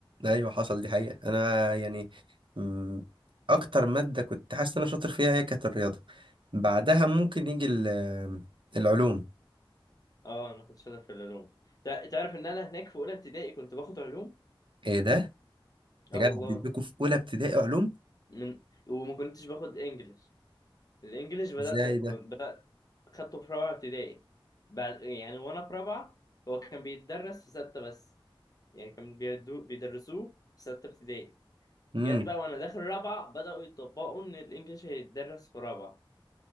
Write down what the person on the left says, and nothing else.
اه انا كنت شاطر في العلوم تع- تعرف ان انا هناك في اولى ابتدائي كنت باخد علوم
اه والله
من وما كنتش باخد انجليش الانجليش بدات
كنت بدات خدته في رابعه ابتدائي بعد يعني وانا في رابعه هو كان بيتدرس في سته بس يعني كانوا بيدو بيدرسوه في ستة ابتدائي
جت بقى وانا داخل رابعة بدأوا يطبقوا ان الانجليش هيتدرس في رابعة